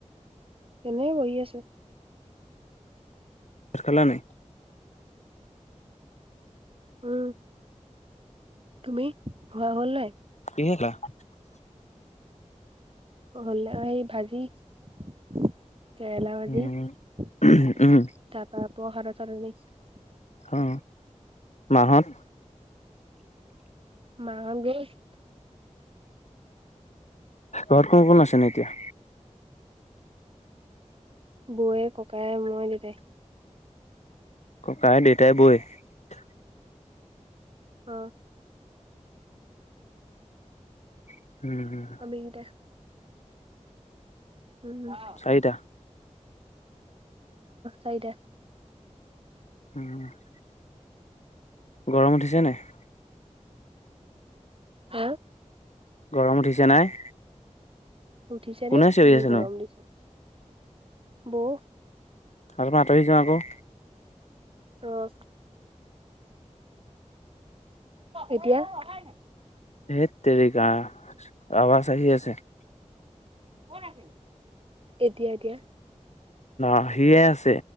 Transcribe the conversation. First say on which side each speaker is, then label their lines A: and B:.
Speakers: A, on the right; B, on the left.
A: এনেই বহি আছো।
B: ভাত খালা নাই
A: উম তুমি খোৱা হ'ল নাই।
B: কিহেলা <unintelligible>
A: হলে এই ভাজি <unintelligible> কেৰেলা ভাজি
B: উম
A: তাৰ
B: উম
A: পৰা পহাৰ চাটনি <unintelligible>
B: অ মাহত
A: মঘ <unintelligible>
B: ঘৰত কোন কোন আছে নো এতিয়া?
A: বৌয়ে ককায়ে মই দেতাই <unintelligible>
B: ককাই, দেতাই, বৌৱে <unintelligible>
A: অ <unintelligible>
B: উম
A: আমি কেইটা উম অ
B: চাৰিটা
A: চাৰিটা <unintelligible>
B: <inaudible> গৰম উঠিছে নে? <unintelligible>
A: হা
B: গৰম উঠিছে নাই?
A: উঠিছেনে
B: কোনে চিঞৰি
A: যি
B: আছেনো
A: গৰম দিছে বৌ <unintelligible>
B: আৰু আতৰি যোৱা আকৌ <unintelligible>
A: অ এতিয়া <unintelligible>
B: এইত তেৰিকা আৱাজ আহি আছে <unintelligible>
A: <inaudible> এতিয়া-এতিয়া <unintelligible>
B: আহিয়ে আছে